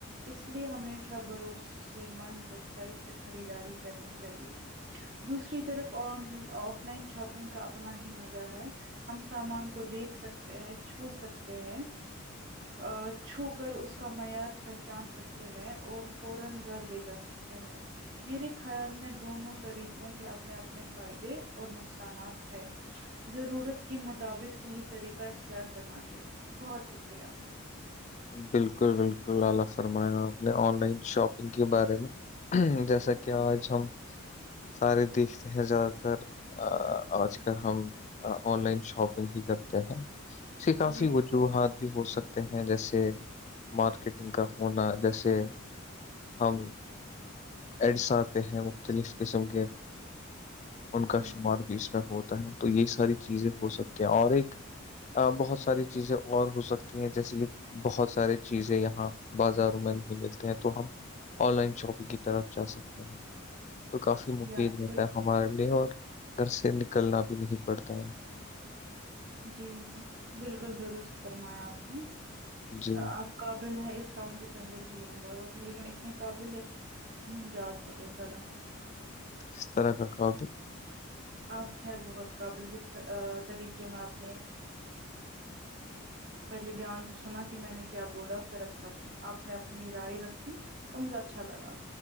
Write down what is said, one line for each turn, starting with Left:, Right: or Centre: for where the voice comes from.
Right: اس لیے ہمیشہ بھروسے مند ویب سائٹ سے خریداری کرنی چاہیے دوسری طرف آ آف لائن شاپنگ کا اپنا ہی مزہ ہے ہم سامان کو دیکھ سکتے ہیں چھو سکتے ہیں ا چھو کر اس کا معیار پہچان سکتے ہیں اور فورا گھر لے جا سک لتے ہیں میرے خیال میں دونوں طریقوں کے اپنے اپنے فائدے اور نقصانات ہیں ضرورت کے مطابق صحیح طریقہ اختیار کرنا چاہیے بہت شکریہ
Left: بالکل بالکل اعلی فرمایا آپ نے آن لائن شاپنگ کے بارے میں جیسا کہ آج ہم سارے دیکھتے ہیں زیادہ تر آج کل ہم آن لائن شاپنگ ہی کرتے ہیں سے کافی
Right: جی
Left: وجوہات بھی ہو سکتے ہیں جیسے مارکیٹنگ کا ہونا جیسے ہم ایڈس آتے ہیں مختلف قسم کے ان
Right: ہوں
Left: کا شمار بھی اس میں ہوتا ہے تو یہی ساری چیزیں ہو سکتی ہیں اور ایک بہت ساری چیزیں اور ہو سکتی ہیں جیسے یہ بہت سارے چیزیں یہاں بازاروں میں نہیں ملتے ہیں تو ہم آن لائن شاپنگ کی طرف ج سکتے ہیں
Right: <inaudible>
Left: تو کافی مفید
Right: یا
Left: رہتا
Right: بالکل
Left: ہے ہمارے لیے اور گھر سے نکلنا بھی نہیں پڑتا ہے
Right: جی بالکل درست فرمایا آپ نے
Left: جی
Right: آپ قابل ہے اس کا مجھے پہلے سے ہی اندازہ تھا لیکن اتنے قابل ہے ہی مزاج پتا چا
Left: کس طرح کا قابل
Right: آپ ہیں بہت قابل جس طریقے میں آپ نے پہلے دھیان سے سنا کہ میں نے کیا بولا پھر اپنا اپپ نے اپنی رائے رکھی تو مجھے اچھا لگا